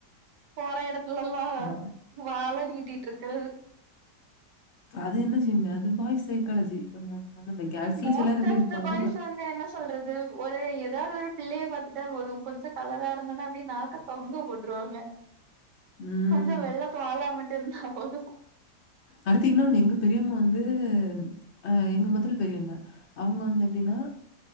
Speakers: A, on the right; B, on the left.
A: போற இடத்துலல்லாம்
B: ப
A: வால நீட்டிட்டு இருக்குறது
B: அது என்ன செய்ய முடியு அது பாய்ஸ் சைக்காலஜி நம்ம பண்ண கேர்ள்ஸ்ல
A: மோஸ்ட்
B: சிலர் அப்டி
A: ஆஃப்
B: இருப்பாங்க
A: த பாய்ஸ்
B: பட்
A: வந்து என்ன சொல்றது ஒரு ஏதாவது ஒரு பிள்ளைய பார்த்துட்டா போதும் கொஞ்சம் கலரா இருந்தனா அப்டியே நாக்க தொங்க போட்டுருவாங்க
B: ம்.
A: கொஞ்சம் வெள்ள தோள்லா மட்டும் இருந்தா போதும்
B: அடுத்து இன்னொன்னு எங்க பெரியம்மா வந்து அ எங்க முதல் பெரிய அண்ண அவுங்க வந்து எப்டின்னா